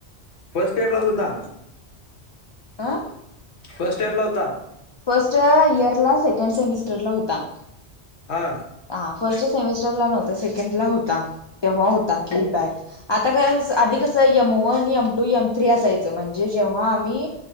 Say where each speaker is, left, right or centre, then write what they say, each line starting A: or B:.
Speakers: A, on the left; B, on the left.
A: फर्स्ट इयर लाच होता.
B: आ.
A: फर्स्ट इयर ला होता.
B: फर्स्ट इयर ला सेकंड सेमिस्टरला होता.
A: हा.
B: हा फर्स्ट सेमेस्टरला नव्हता सेकंड ला होता. तेव्हा होता की बॅक. आता काय आधिक कसं M one, M two, M three असायचं म्हणजे जेव्हा आम्ही